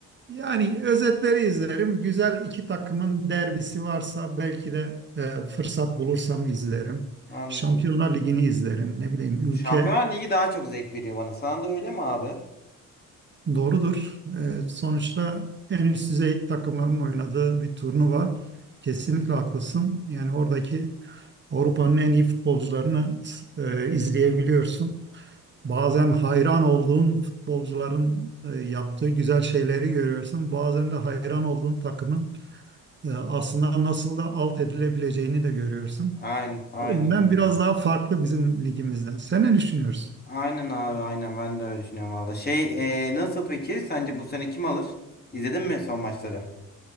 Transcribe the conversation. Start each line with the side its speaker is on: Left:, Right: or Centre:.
Right: Yani özetleri izlerim. Güzel iki takımın derbisi varsa belki de e, fırsat bulursam izlerim.
Left: Anladım.
Right: Şampiyonlar Ligi'ni izlerim. Ne bileyim
Left: Şampiyonlar
Right: ülke
Left: Ligi daha çok zevk veriyor bana. Sana da öyle mi abi?
Right: Doğrudur. Ee, sonuçta en üst düzey takımların oynadığı bir turnuva. Kesinlikle haklısın. Yani oradaki Avrupa'nın en iyi futbolcularını e, izleyebiliyorsun. Bazen hayran olduğun futbolcuların e, yaptığı güzel şeyleri görüyorsun. Bazen de hayran olduğun takımın e, aslında nasıl da alt edilebileceğini de görüyorsun.
Left: Aynen, aynen
Right: O yüzden
Left: öyle.
Right: biraz daha farklı bizim ligimizden. Sen ne düşünüyorsun?
Left: Aynen abi aynen ben de öyle düşünüyorum valla. Şey e, nasıl peki sence bu sene kim alır? İzledin mi son maçları?